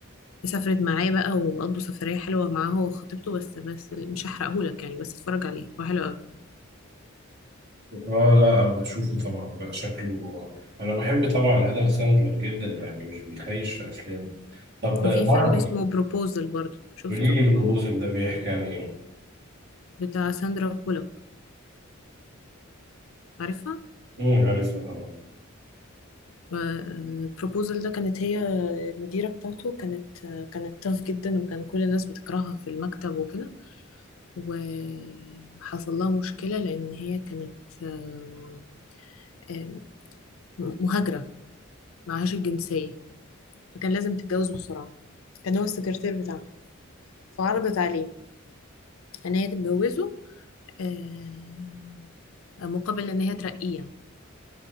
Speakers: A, on the left (about 75°); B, on the right (about 50°).
A: سافرت معاه بقى وقضوا سفرية حلوة معاه هو وخطيبته بس بس مش هحرقهولك يعني بس اتفرج عليه هو حلو قوي
B: اه لا بشوفه طبعا بقى شكله انا بحب طبعا ادم ساندلر جدا يعني مش بيخيش في افلامه طب آه،
A: وفي
B: مارفل
A: فيلم اسمه بروبوزل برضه شفته
B: قولي لي بروبوزل ده بيحكي عن ايه؟
A: بتاع ساندرا بولوك عارفها
B: امم عارفها طبعا
A: فالبروبوزل ده كانت هي المديرة بتاعته كانت كانت تاف جدا وكان كل الناس بتكرهها في المكتب وكده وحصل لها مشكلة لأن هي كانت آم، آم، مهاجرة معهاش الجنسية فكان لازم تتجوز بسرعة كان هو السكرتير بتاعها فعرضت عليه إن هي تتجوزه آم، مقابل إن هي ترقيه يعني.